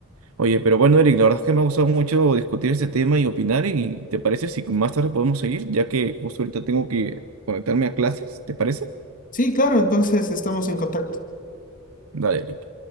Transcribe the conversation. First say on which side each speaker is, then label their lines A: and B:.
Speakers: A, on the right; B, on the left.
A: Oye, pero bueno, Eric, la verdad es que me ha gustado mucho discutir este tema y opinar. ¿Y te parece si más tarde podemos seguir? Ya que justo ahorita tengo que conectarme a clases, ¿te parece?
B: Sí, claro, entonces estamos en contacto.
A: Dale, Eric.